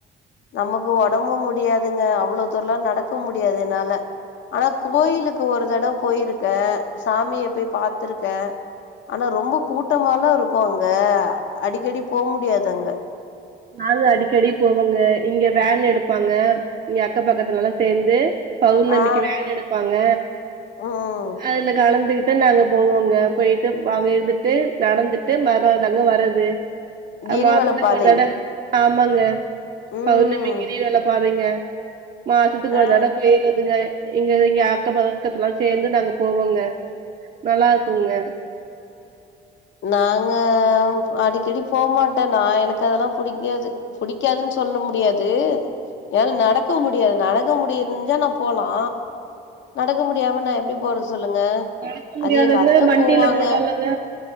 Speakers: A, on the left; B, on the right.
A: நமக்கு ஒடம்பு முடியாதுங்க அவ்ளோ தூரல்லா நடக்க முடியாது என்னால ஆனா கோயிலுக்கு ஒரு தடவ போயிருக்கே சாமிய போய் பாத்துருக்கே ஆனா ரொம்ப கூட்டமால்ல இருக்கூ அங்க அடிக்கடி போ முடியாது அங்க
B: நாங்க அடிக்கடி போவோங்க இங்க வேன் எடுப் ப்பாங்க இங்க அக்க பக்கத்துலெல்லா சேந்து பௌர்ணமிக்கு
A: ஆ
B: வேன் எடுப்பாங்க
A: ம்
B: அதுல கலந்துகிட் ட்டு நாங்க போவோங்க போயிட்டு பகிர்ந்துட்டு நடந்துட்டு மறுநாள் தாங்க வரது அ
A: கிரிவல
B: மாசத்துக்கு
A: பாதை
B: ஒரு தட ஆமாங்க
A: ம்
B: பௌர்ணமி கிரி வல பாதெங்க மாசத்துக்கு ஒரு
A: ஆ
B: தட போயிரதுங்க இங்க இங்க அக்க பக்கத்துல்லா சேந்து நாங்க போவோங்க நல்லா இருக்குங்க
A: நாங்க அடிக்கடி போமாட்டே நா எனக்கு அதெல்லா புடிக்காது புடிக்காதுன்னு சொ சொல்ல முடியாது என்னால நடக்க முடியாது நடக்க முடிஞ்சா நா போலா நடக்க முடியாம நா எப்படி போறது சொல்லுங்க
B: நடக்க முடியாதவங்க
A: அது எங்க அத்தை
B: வண்டில
A: போவாங்க
B: போலால்லங்க